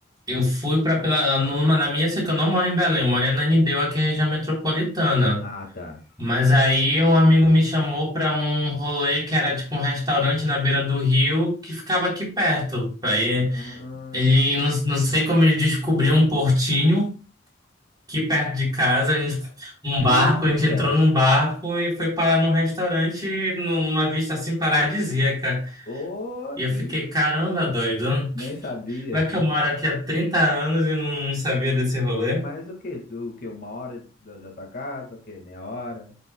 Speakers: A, on the right; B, on the left.
A: Eu fui pra Pela- numa na minha, sei que eu não moro em Belém, eu moro em Ananindeua, aqui em região metropolitana.
B: Ah, tá.
A: Mas aí um amigo me chamou pra um rolê que era tipo um restaurante na beira do rio que ficava aqui perto. Aí
B: Ah,
A: ele, não, não sei como ele descobriu um portinho. Aqui perto de casa, a gente, um
B: que
A: barco,
B: isso,
A: a gente
B: cara?
A: entrou num barco e foi parar num restaurante num- numa vista assim paradisíaca.
B: Ô,
A: E eu
B: que
A: fiquei, caramba, doido.
B: nem sabia.
A: Como é que eu moro aqui há 30 anos e não, não sabia desse rolê?
B: Mas o quê? Tu, o quê? Uma hora da, da tua casa? O quê? Meia hora?